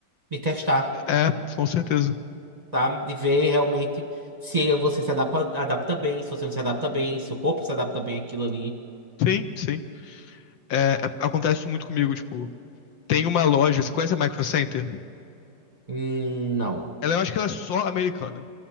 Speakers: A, on the right (about 25°); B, on the left (about 70°).
A: de testar,
B: É, com certeza.
A: tá? De ver realmente se você se adapta, adapta bem, se você não se adapta bem, se o corpo se adapta bem àquilo ali.
B: Sim, sim. É, é- acontece isso muito comigo, tipo, tem uma loja, você conhece a Micro Center?
A: Hum, não.
B: Ela, eu acho que ela é só americana,